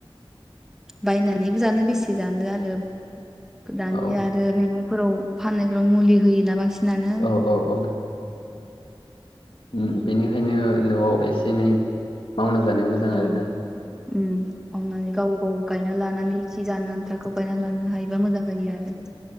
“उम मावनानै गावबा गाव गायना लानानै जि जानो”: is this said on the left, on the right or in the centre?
Centre